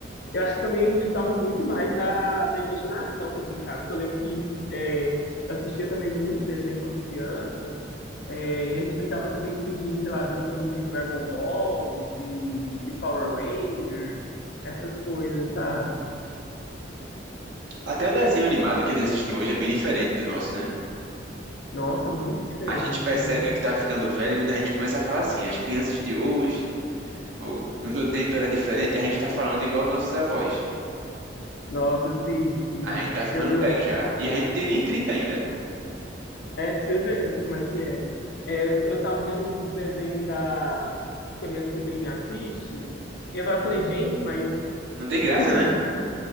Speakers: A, on the left; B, on the right.
A: Eu acho que também a gente usava muito mais da, da imaginação para brincar, porque eu lembro que é, eu assistia também muito desenho quando criança, é, e a gente brincava também fingindo, sei lá, brincando de Dragon Ball, de, de Power Rangers, essas coisas, sabe?
B: Até o desenho animado que eles assistem hoje é bem diferente do nosso, né?
A: Nossa, muito diferente,
B: A gente percebe
A: muito.
B: que tá ficando velho quando a gente começa a falar assim, as crianças de hoje Ou, no meu tempo era diferente, a gente tá falando igual nossos avós.
A: Nossa, sim, sim.
B: A gente tá ficando
A: Eu, eu,
B: velho
A: vi-
B: já. E a gente tem nem trinta ainda.
A: é pra você ver como é que é. É, eu, eu tava vendo os, os desenhos da, que a minha sobrinha assiste, e eu falei, gente, mas
B: Não
A: <laughs>
B: tem graça,
A: que desenho
B: né?